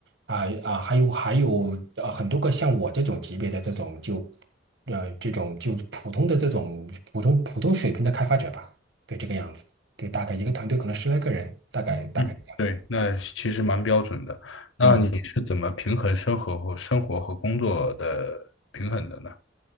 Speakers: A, on the right; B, on the left.
A: 啊啊，还有还有呃、很多个像我这种级别的这种就呃这种就普通的这种普通普通水平的开发者吧，对这个样子，对，大概一个团队可能十来个人，大概大概这个样子。
B: 嗯。对，那其实蛮标准的。那你是怎么平衡生活和生活和工作的平衡的呢？
A: 嗯。